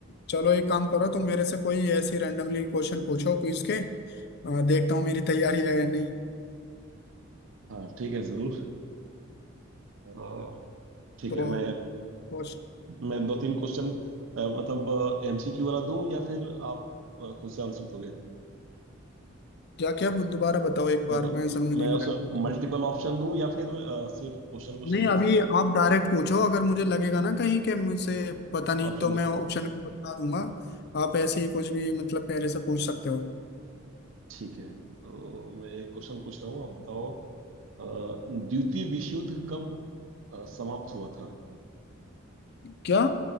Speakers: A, on the left (about 55°); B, on the right (about 65°).
A: चलो एक काम करो तुम मेरे से कोई ऐसी रैंडमली क्वेश्चन पूछो क्विज के अ, देखता हूँ मेरी तैयारी है या नहीं
B: हाँ ठीक है जरूर आ, ठीक
A: तो
B: है मैं
A: और
B: मैं दो तीन क्वेश्चन मतलब एमसीक्यू वाला दूं या फिर आप आ, खुद से आंसर दोगे
A: क्या क्या दोबारा बताओ एक बार
B: मतलब
A: मैं
B: म-
A: समझ नहीं
B: मैं उसमें
A: पाया तो थोड़ा।
B: मल्टीपल ऑप्शन दूं या फिर आ, सिर्फ क्वेश्चन क्वेश्चन
A: नहीं
B: पूछूं
A: अभी हम्म। आप डायरेक्ट पूछो अगर मुझे लगेगा ना कहीं के मुझसे पता नहीं
B: ऑप्शन
A: तो
B: दे।
A: मैं ऑप्शन का बता दूंगा आप ऐसे ही कुछ भी मतलब पहले से पूछ सकते हो
B: ठीक है तो मैं एक क्वेश्चन पूछ रहा हूँ आप बताओ अ, द्वितीय विश्व युद्ध कब अ, समाप्त हुआ था
A: क्या